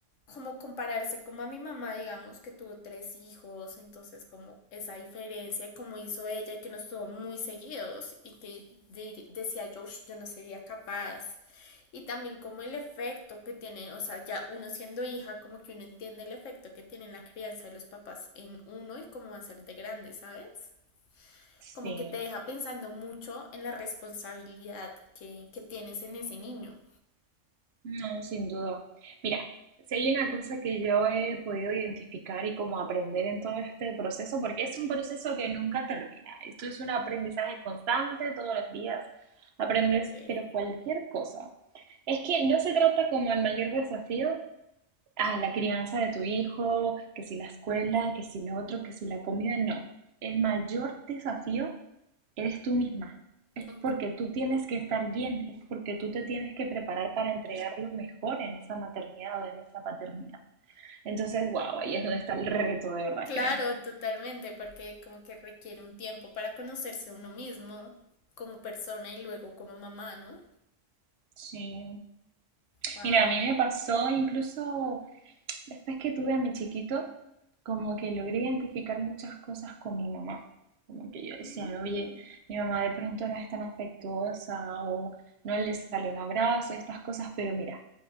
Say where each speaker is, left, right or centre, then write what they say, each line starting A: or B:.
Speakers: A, on the left; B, on the right.
A: cómo compararse como a mi mamá, digamos, que tuvo tres hijos, entonces como esa diferencia y cómo hizo ella y que nos tuvo muy seguidos y que de- decía yo, "Ush, yo no sería capaz. Y también como el efecto que tiene, o sea, ya uno siendo hija, como que uno entiende el efecto que tiene la crianza de los papás en uno y cómo va a ser de grande, ¿sabes? como
B: Sí.
A: que te deja pensando mucho en la responsabilidad que, que tienes en ese niño.
B: No, sin duda. Mira, si hay una cosa que yo he podido identificar y como aprender en todo este proceso, porque es un proceso que nunca termina. Esto es un aprendizaje constante, todos los días aprendes,
A: Okay.
B: pero cualquier cosa. Es que no se trata como el mayor desafío Ah, la crianza de tu hijo, que si la escuela, que si lo otro, que si la comida, no. El mayor desafío eres tú misma. Es
A: Okay.
B: porque tú tienes que estar bien, es porque tú te tienes que preparar para entregar lo mejor en esa maternidad o en esa paternidad. Entonces, wow, ahí es donde está el reto, de verdad,
A: Claro,
B: créeme.
A: totalmente, porque como que requiere un tiempo para conocerse uno mismo como persona y luego como mamá, ¿no?
B: Sí.
A: Wow.
B: Mira, a mí me pasó incluso Después que tuve a mi chiquito, como que logré identificar muchas cosas con mi mamá. Como que yo decía,
A: Mm,
B: oye, mi mamá de pronto no es tan afectuosa o no le sale un abrazo, estas cosas, pero mira,